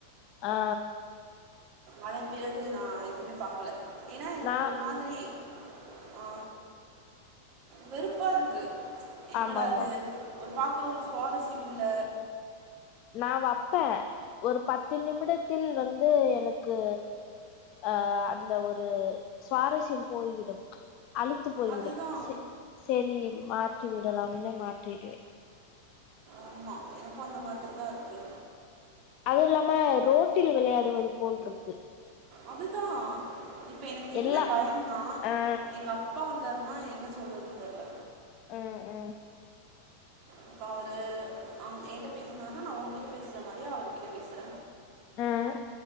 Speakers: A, on the left (about 40°); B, on the right (about 30°).
A: ஆ
B: அதன் பிறகு நா எதுமே பாக்கல ஏனா எனக்கு
A: நா
B: ஒரு மாதிரி ஆ வெறுப்பா இருக்கு என்னடா
A: ஆமா ஆமா
B: அது ஒரு பாக்குற ஒரு சுவாரஸ்யம் இல்ல
A: நா வப்பே ஒரு பத்து நிமிடத்தில் வந்து எனக்கு அஹ் அந்த ஒரு சுவாரஸ்யம் போய்விடும் அழுத்து போய்விடும்
B: அதுதான்
A: செ செரி மாப் விட்டுவிடலாம் <unintelligible>
B: ஆமா எனக்கு அந்த மாதிரி தான் இருக்கு
A: அது இல்லாம ரோட்டில் விளையாடுவது போல்ருக்கு
B: அதுதா இப்ப எனக்கு என்ன
A: எல்லா
B: பயம்னா
A: ஆ
B: எங்க அப்பா வந்தா ன்னா என்ன சொல்றதுன்னு தெர்ல
A: ம் ம்
B: இப்ப அவரு அவ் ஏங்கிட்ட பேசினாருனா நா ஒங்கிட்ட பேசுற மாரியே அவர் கிட்ட பேசுற
A: ம்